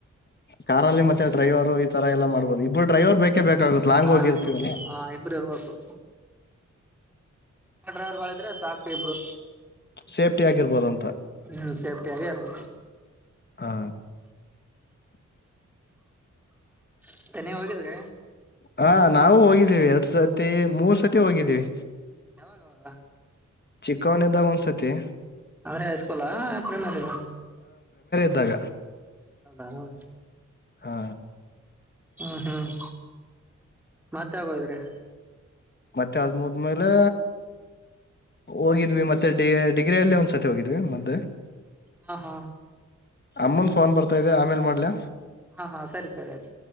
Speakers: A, on the left; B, in the centre.
A: ಕಾರಲ್ಲಿ ಮತ್ತೆ ಡ್ರೈವರು ಈ ತರ ಎಲ್ಲಾ ಮಾಡ್ಬೋದು ಇಬ್ಬರು ಡ್ರೈವರ್ ಬೇಕೇ ಬೇಕಾಗುತ್ತ ಲಾಂಗ್
B: ಹಾ
A: ಹೋಗಿರ್ತವಲ್ಲ
B: ಹಾ ಇಬ್ರು ಇರ್ಬೇಕು ಡ್ರೈವರ್ಗಳಿದ್ರೆ ಸಾಕು ಇಬ್ರು
A: ಸೇಫ್ಟಿ ಆಗಿರ್ಬೋದು ಅಂತ
B: ಹ್ಮ್ ಸೇಫ್ಟಿ ಆಾರದು
A: ಹಾ
B: <unintelligible>
A: ಹಾ ನಾವು ಹೋಗಿದ್ದೀವಿ ಎರಡ್ ಸತಿ ಮೂರ್ ಸತಿ ಹೋಗಿದ್ದೀವಿ
B: ಯಾವಾಗಾವಾಗ
A: ಚಿಕ್ಕವನ್ದಾಗ ಒಂದ್ಸತಿ
B: ಅಂದ್ರೆ ಹಸ್ಕೂಲ ಪ್ರೇಮದಿನ
A: ಂತಾಗ
B: ಹೌದಾ ಹ
A: ಹಾ
B: ಹ್ಮ್ ಹ್ಮ್ ಮತ್ತೆ ಆಗೋಿದ್ರೆ.
A: ದ ಮುದ್ಮೇಲೆ. ಹೋಗಿದ್ವಿ ಮತ್ತೆ ಡಿ ಡಿಗ್ರಿಿಯಲ್ಲಿ ಒಂದ್ಸತಿ ಹೋಗಿದ್ವಿ ಮದ್ದೆ.
B: ಹಾ ಹಾ.
A: ಅಮ್ಮಂದ್ ಫೋನ್ ಬರ್ತಾ ಇದೆ ಆಮೇಲ್ ಮಾಡ್ಲಾ.
B: ಹಾ ಹಾ ಸರಿ ಸರಿ ಆಯ್ತು.